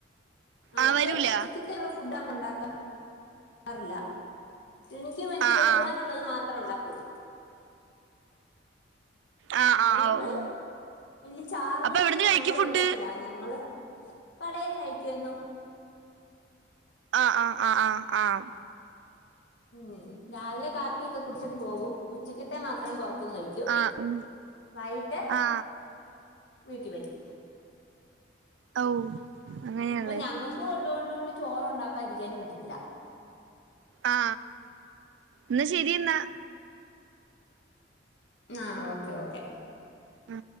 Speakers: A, on the left; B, on the right.
A: അതുകൊണ്ട്
B: ആ വരൂല
A: ഉച്ചക്ക്ത്തെള്ള ഫു ഫുഡ് അങ്ങ്ണ്ടാക്ക റില്ല. എനിക്ക് വെ ഞാ
B: ആ
A: കൊണ്ട്
B: ആ
A: പോവാനുള്ളത് മാത്രം ഉണ്ടാക്കും.
B: ആ ആ
A: അതുകൊണ്ട്
B: ഓ ഓ
A: വല്യ ചാറ്കറിയൊന്നും
B: അപ്പൊ എവിടുന്ന് കഴിക്കും
A: ഞങ്ങൾ
B: ഫുഡ്
A: വെക്കത്തില്ല, ഞങ്ങള് കടേന്ന് കഴിക്കും എന്നും.
B: ആ ആ ആ ആ ആം
A: ഉം രാവിലെ കാപ്പി ഒക്കെ കുടിച്ചിട്ട് പോകും, ഉച്ചക്കെത്തെ മാത്രം പൊറത് ത്തൂന്ന് കഴിക്കും
B: ആ ഉം
A: വൈകിട്ട്
B: ആ
A: വീട്ടി വരും
B: ഔ അങ്ങനെയള്ളേ
A: അപ്പൊ ഞങ്ങൾക്ക് കൊണ്ട്പോണ്ടോണ്ട് ചോറ് ഒണ്ടാക്കാതിരിക്കാനും പറ്റത്തില്ല
B: ആ ന്ന ശ ശരിയെന്നാ
A: ആഹ് ഓക്കെ ഓക്കെ
B: ഉം